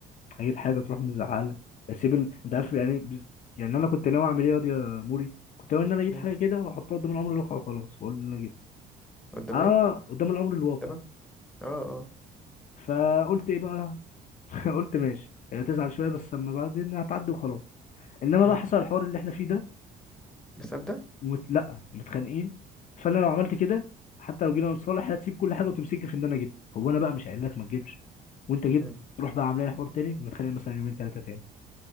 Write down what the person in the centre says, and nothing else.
مم.
قدام
ايه
تمام اه اه
مم.
الحساب ده
مم.